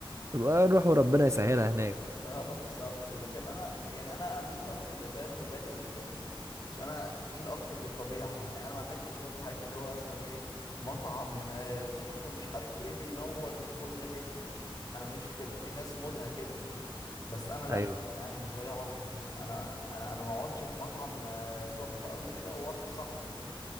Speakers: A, on the right; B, on the left.
A: يبقى نروح وربنا يسهلها هناك
B: <laughs> اه بالظبط لكن انا يعني انا اميل اكتر لتايلاند وبالي والحتت دي عشان انا اميل اكتر للطبيعه يعني انا ما احبش برضه الحاجات اللي هو مثلا ايه مطعم آه، تحفه مش عارف ايه بينور من كل حته انا ماليش في كده في ناس مودها كده بس انا لا
A: ايوه
B: انا بالنسبه لي اقعد مثلا انا انا انا ما اقعدش في مطعم آه، تحفه قوي كده واقعد في الصحراء مثلا